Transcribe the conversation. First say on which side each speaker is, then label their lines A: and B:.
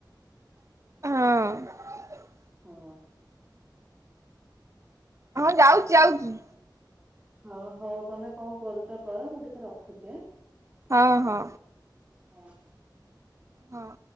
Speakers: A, on the right; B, on the right.
A: ହଁ।
B: ହଁ।
A: ହଁ ଯାଉଚି ଯାଉଚି।
B: ହଁ ହଉ ତମେ କଣ କରୁଚ କ କର ମୁ ଟିକେ ରଖୁଛି ଆଁ।
A: ହଁ ହଁ।
B: ହଁ।
A: ହଁ।